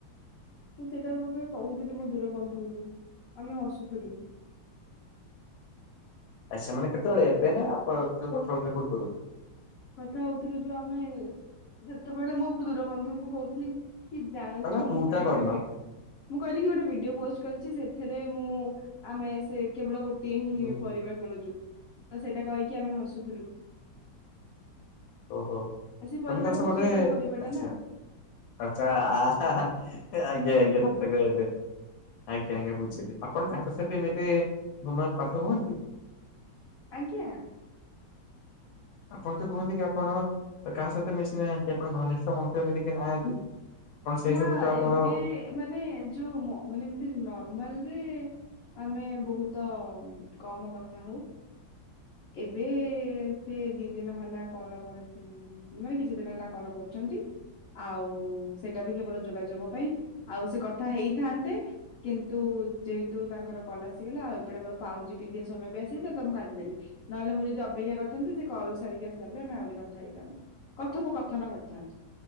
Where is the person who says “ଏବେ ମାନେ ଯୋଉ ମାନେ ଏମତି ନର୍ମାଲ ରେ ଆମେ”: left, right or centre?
Left